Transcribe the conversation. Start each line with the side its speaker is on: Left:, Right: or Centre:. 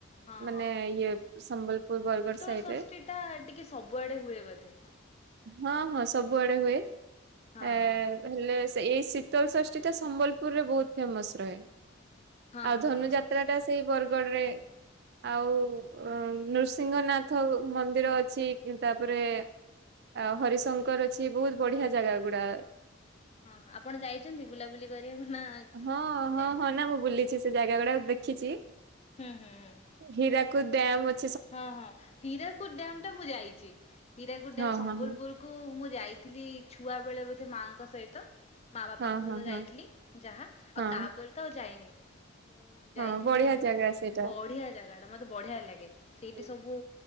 Left: ହଁ
Right: ମାନେ
Left: ହଁ
Right: ଇଏ ସମ୍ବଲପୁର, ବରଗଡ଼
Left: ଶୀତଳ
Right: ସାଇଡରେ।
Left: ଷଷ୍ଠୀ ଟା ଟିକେ ସବୁଆଡେ ହୁଏ ବୋଧେ।
Right: ହଁ ହଁ ସବୁଆଡେ ହୁଏ।
Left: ହଁ
Right: ଏ
Left: ହଁ
Right: ହେଲେ ସେଇ ସି ଶୀତଳ ଷଷ୍ଠୀଟା ସମ୍ବଲପୁରରେ ବହୁତ ଫେମସ୍ ରହେ।
Left: ହଁ
Right: ଆଉ
Left: ହଁ
Right: ଧନୁଯାତ୍ରାଟା
Left: ହଁ
Right: ସେଇ ବରଗଡ଼ରେ ଆଉ ନୃସିଂହନାଥ ମନ୍ଦିର ଅଛି। ତାପରେ ଆଉ ହରିଶଙ୍କର ଅଛି, ବହୁତ ବଢିଆ ଜାଗା ଗୁଡା।
Left: ହଁ-ହଁ ଆପଣ ଯାଇଛନ୍ତି ବୁଲାବୁଲି କରିବାକୁ ନା
Right: ହଁ-ହଁ-ହଁ
Left: ଯାଇନା
Right: ନା ମୁଁ ବୁଲିଛି, ସେ ଜାଗା ଗୁଡାକ ଦେଖିଛି।
Left: ହୁଁ-ହୁଁ-ହୁଁ।
Right: ହୀରାକୁଦ ଡ୍ୟାମ୍ ଅ
Left: ହଁ-ହଁ ହୀରାକୁଦ ଡ୍ୟାମ୍ ଟା ମୁଁ ଯାଇଛି, ହୀରାକୁଦ ଡ୍ୟାମ୍
Right: ହଁ
Left: ସମ୍ବଲପୁର
Right: ହଁ ହଁ।
Left: କୁ ମୁଁ ଯାଇଥିଲି ଛୁଆ ବେଳେ ବୋଧେ ମାଆଙ୍କ ସହିତ। ମାଆ ବାପାଙ୍କ
Right: ହଁ ହଁ
Left: ସହିତ ଯାଇଥିଲି
Right: ହଁ
Left: ଯାହା
Right: ହଁ
Left: ଆଉ ତାପରେ ତ ଆଉ ଯାଇନି। ମୁଁ
Right: ହଁ
Left: ଯାଇଥିଲି
Right: ବଢିଆ ଜାଗା ସେଇଟା।
Left: ବଢିଆ ଜାଗାଟା ମତେ ବଢିଆ ଲାଗେ। ସେଇଠି
Right: ହୁଁ
Left: ସବୁ
Right: ହୁଁ